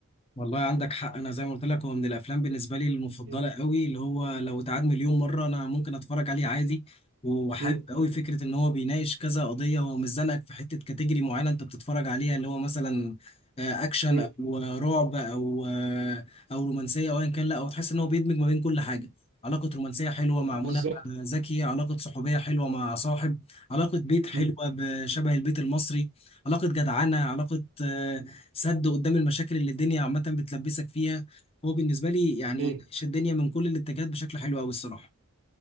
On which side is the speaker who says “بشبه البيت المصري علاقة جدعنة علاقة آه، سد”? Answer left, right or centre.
Left